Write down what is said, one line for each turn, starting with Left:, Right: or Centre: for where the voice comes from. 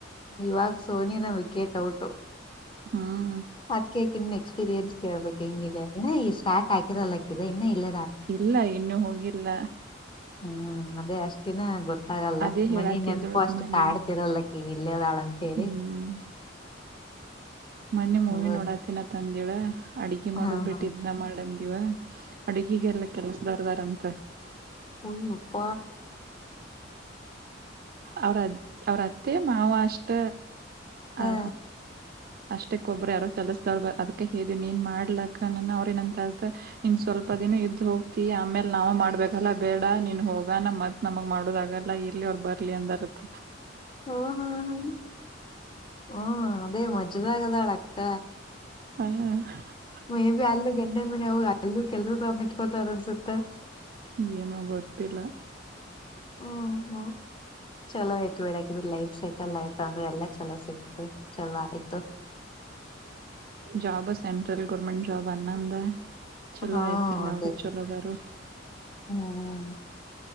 Left: ಇವಾಗ ಸೋನಿನ ವಿಕೆಟ್ ಔಟ್.
Right: ಹ್ಮ್
Left: ಅದ್ಕಿ ಎಕ್ಸ್ಪೀರಿಯನ್ಸ್ ಕೇಳ್ಬೇಕಕ್ ಹೆಂಗಿದೆ ಸ್ಟಾರ್ಟ್ ಆಕಿರಲ್ಲಕ್ಕಿದೆ ಇನ್ನ ಇಲ್ಲ.
Right: ಇಲ್ಲ ಇನ್ನುೂ ಹೋಗಿಲ್ಲ
Left: ಹ್ಮ್ ಅದೇ. ಅಷ್ಟಿನ ಗೊತ್ತಾಗಲ್ಲ
Right: ಅದೇ ಹೇಳತಿದಳು
Left: ಮನಿ ನೆನಪು ಅಷ್ಟು
Right: ಮನ್
Left: ಕಾಡ್ತಿರಲ್ಲಕಿ ಇಲ್ಲೇದಾಳ ಅಂತೇಳಿ.
Right: ಹ್ಮ್ ಮೊನ್ನೆ ಮೂವಿ
Left: ನೋಡೋದು
Right: ನೋಡಾತ್ತಿನತ್ತಂದಿಳ ಅಡ್ಗೆ ಮಾಡೋದ್
Left: ಹಾ
Right: ಬಿಟ್ಟ
Left: ಹಾ
Right: ಇದನ ಮಾಡಂದೀವ. ಅಡುಗೆಗೆಲ್ಲ ಕೆಲ್ಸದವರ್ದಾರಂತ.
Left: ಉನ್ ಉಪ.
Right: ಅವರ ಅವ್ರ ಅತ್ತೆ ಮಾವ ಅಷ್ಟ.
Left: ಹಾ.
Right: ಅ ಅಷ್ಟಕ್ಕ ಒಬ್ಬರು ಯಾರೋ ಕೆಲಸ್ದವ್ರ ಬ ಅದಕ ಹ್ ನೀನ್ ಮಾಡ್ಲಕ್ಕ ಅವ್ರ ನಂತ ಅತ ನಿನ್. ಸ್ವಲ್ಪ ದಿನ ಇದ್ದ್ ಹೋಗ್ತಿ ಆಮೇಲೆ ನಾವ ಮಾಡ್ಬೇಕಲ್ಲ ಬೇಡ ನೀನ್ ಹೋಗಣ ಮತ್ ನಮಗ್ ಮಾಡದಲ್ಲ. ಬರ್ಲಿ ಅವ್ರ ಬರ್ಲಿ ಅಂದರತ್.
Left: ಹಓ ಹಾ ಹ ಹ್ಮ ಅದೇ ಮಜ್ಜದ ಆಗದಾಳ ಅಕ್ಕ.
Right: ಹ್ಮ.
Left: ಮೇ ಬಿ ಅಲ್ಲಿ ಗಂಡನ ಮನೆ ಹೋಗ ಅಲ್ ಕೆಲ್ ತೊಂಡ ಇಟ್ಕೋತಾರ ಅನ್ಸುತ್ತೆ.
Right: ಏನೋ ಗೊತ್ತಿಲ್ಲ.
Left: ಹ್ಮ ಹಾ. ಚಲೋ ಆಯ್ತು ಬೇಡಕಿದ್ರ ಲೈಫ್ ಸೆಟಲ್ ಆಯ್ತು ಅಂದ್ರೆ ಎಲ್ಲಾ ಚಲೋ ಸಿಕ್ತು ಚಲೋ ಆಯ್ತು.
Right: ಜಬ ಸೆಟ್ರಲ್ ಗರ್ಮೆಟ್ ಜಬ ಅಣ್ಣಂದ್. ಚಲೋ
Left: ಹಾ
Right: ಆಯ್ತಲ್ಲ
Left: ಅದೇ
Right: ಅವರು ಚಲೋದಾರು.
Left: ಹ್ಮ್